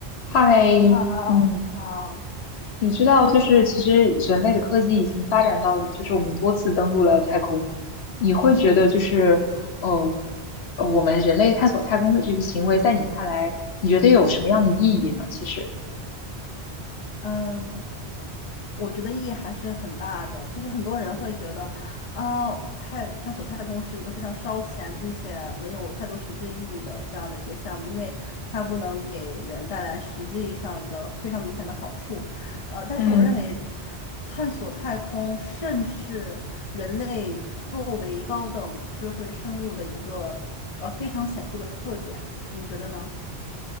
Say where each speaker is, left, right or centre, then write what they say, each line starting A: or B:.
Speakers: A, on the left; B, on the left.
A: 太
B: 你好，
A: 嗯，
B: 你好，
A: 你知道，就是其实人类的科技已经发展到，就是我们多次登陆了太空。你会觉得，
B: 嗯
A: 就是，哦，呃我们人类探索太空的这个行为，在你看来，你觉得有什么样的意义呢？其实，
B: 嗯，我觉得意义还是很大的，就是很多人会觉得，哦，太探索太空是一个非常烧钱，并且没有太多实际意义的这样的一个项目，因为它不能给人带来实际上的非常明显的好处。呃，但是我认为，
A: 嗯
B: 探索太空甚是人类作为高等智慧生物的一个呃非常显著的特点，你觉得呢？